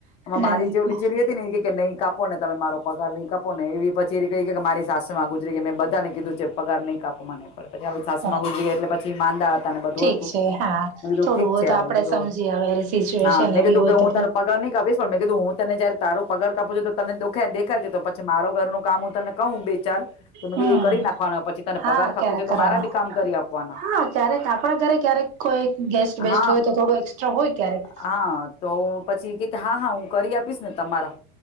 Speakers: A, on the left; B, on the right.
A: એ
B: ના
A: મારી
B: ના
A: જેવ લી નિચેલી હતી ને ઇ એ કે નહીં. કાપો ને તમે મારો પગાર ની કાપો ને એવી પછી એ ક કે મારી માં ગુજરી ગઈ મે બધાને કીધું છે, પગાર નહીં કાપો. મને પછી સાસમાં
B: હ
A: ગુજરી ગયા એટલે પછી માંદા. તને બધું
B: ઠીક
A: હતું
B: છે હા
A: મે કીધું
B: થોડું
A: ઠીક
B: હોય
A: છે,
B: તો આપડે
A: મે કીધું
B: સમજીએ હવે સિચ્યુએશન
A: હા મેં
B: એવી
A: કીધું
B: હોય
A: કે
B: તો
A: હું તને પગાર. કસ્મિત કીધું હું તને જયારે તારું પગાર કાપુ છું તો તને દેખાય છે, તો પછી મારો ઘરનું કામ હું તને કહું બે ચાર તો મેં
B: હમ
A: કીધું એ કરી નાખવાનો પછી તને પગાર
B: હા
A: ખપે
B: ક્યારેક
A: છે, તો
B: કરવાના
A: મારા બી કામ કરી આપવાના
B: હા ક્યારેક આપણા ઘરે ક્યારેક કોઈ ગેસ્ટ બેસ્ટ
A: હ,
B: હોય તો થોડું એક્સ્ટ્રા હોય ક્યારેક
A: હ તો પછી કે હા હા હું કરી. કરી આપીશ. તમારા